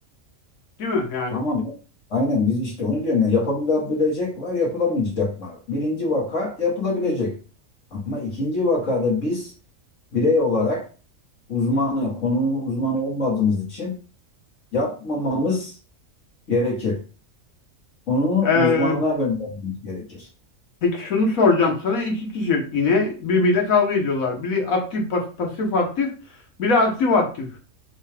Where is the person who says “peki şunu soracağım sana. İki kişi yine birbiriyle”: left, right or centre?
Left